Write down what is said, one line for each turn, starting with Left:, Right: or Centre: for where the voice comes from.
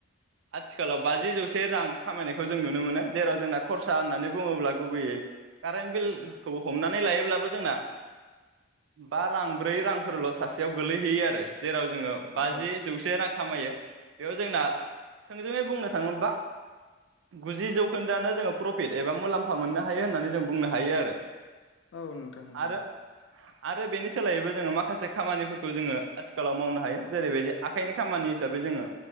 Right: आथिखालाव बाजि जौसे रां खामायनायखौ जों नुनो मोनो जेराव जोंना खरसा होननानै बुङोब्ला गुबैयै कारेन्ट बिलखौबो हमनानै लायोब्लाबो जोंना बा रां ब्रै रांफोरल' सासेयाव गोलैहैयो आरो जेराव जोङो
Left: औ
Right: बाजि जौसे रां खामायो बेयाव जोंना थोंजोङै बुंनो थाङोब्ला गुजि जौखोन्दोआनो जोङो प्रफिट एबा मुलाम्फा मोननो हायो होननानै जों बुंनो हायो आरो
Left: औ नोंथां नंगौ
Right: आरो आरो बेनि सोलायैबो जोङो माखासे खामानिफोर खौ जोङो आथिखालाव मावनो हायो जेरैबायदि आखाइनि खामानि हिसाबै जोङो